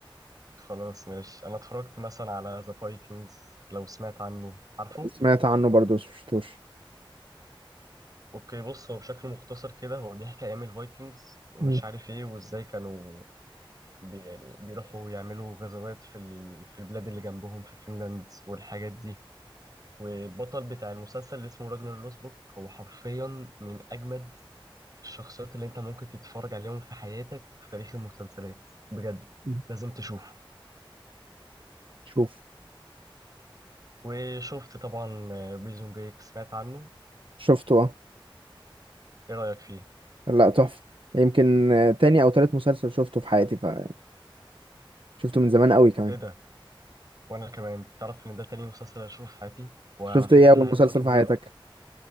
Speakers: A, on the right; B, on the right.
A: خلاص ماشي انا اتفرجت مثلا على ذا فايكنجز لو سمعت عنه عارفه
B: سمعت عنه برضه بس مشفتوش
A: اوكي بص هو بشكل مختصر كده هو بيحكي ايام الفايكنجز ومش
B: مم.
A: عارف ايه وازاي كانوا بي يعني بيروحوا يعملوا غزوات في ال... في البلاد اللي جنبهم في فنلاند والحاجات دي والبطل بتاع المسلسل اللي اسمه راجنر لوسبروك هو حرفيا من أجمد الشخصيات اللي أنت ممكن تتفرج عليهم في حياتك في تاريخ المسلسلات بجد
B: مم.
A: لازم تشوفه
B: شوف
A: وشفت طبعا بريزون بريك سمعت عنه
B: شفته اه
A: إيه رأيك فيه؟
B: لا تحفة يمكن آه، تاني او تالت مسلسل شفته في حياتي فشفته من زمان قوي كمان
A: إيه ده؟ وأنا كمان تعرف إن ده تاني مسلسل أشوفه في حياتي وعلى
B: شفت
A: فكرة
B: ايه اول
A: عايز
B: مسلسل
A: أقولك إن
B: في
A: أنا
B: حياتك
A: بقى